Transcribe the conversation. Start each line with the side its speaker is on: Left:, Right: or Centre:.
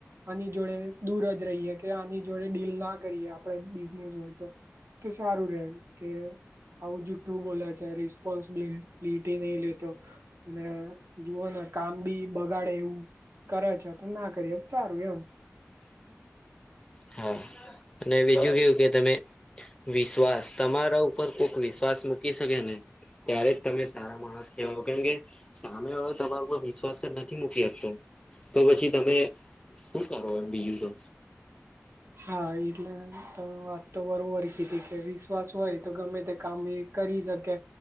Right: આની જોડે દૂર જ રહીએ કે આની જોડે ડીલ ના કરીએ આપણે બિઝનેસ હોય તો તો સારું રે કે આવું જુઠ્ઠું બોલા છે ર પોન્સિબિટી નહી લેતો અને જુઓને કામ બી બગાડે એવું કરે છે તો ના કરીએ સારું એમ
Left: હા અને બીજું કેવું કે તમે વિશ્વાસ તમારા ઉપર કોઈક વિશ્વાસ મૂકી શકે ને ત્યારે જ તમે સારા માણ કેવા કેમ કે સામે વાળો તમારા ઉપર વિશ્વાસ જ નથી મૂકી શકતો તો પછી તમે શું કરો એમ બીજું તો
Right: હા એટલે તમે વાત તો બરોબર કીધી કે વીસ વિશ્વાસ હોય તો ગમે તે કામ એ કરી શકે